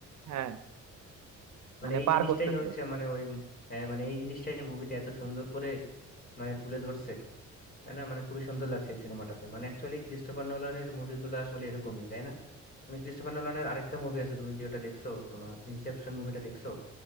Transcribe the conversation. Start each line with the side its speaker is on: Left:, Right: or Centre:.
Right: হ্যাঁ
Left: মানে
Right: মানে
Left: এই
Right: পার
Left: জিনিসটাই
Right: করতেছে
Left: হচ্ছে মানে ওই হ্যাঁ মানে এই জিনিসটাই মুভিতে এত সুন্দর করে মানে তুলে ধরছে তাই না মানে খুবই সুন্দর লাগছে এই সিনেমাটাতে মানে অ্যাকচুয়ালি ক্রিস্টোফার নোলানের মুভিগুলো আসলে এরকমই তাই না তুমি ক্রিস্টোফার নোলানের আরেকটা মুভি আছে তুমি কি ওটা দেখছো তোমার ইনসেপশন মুভিটা দেখছো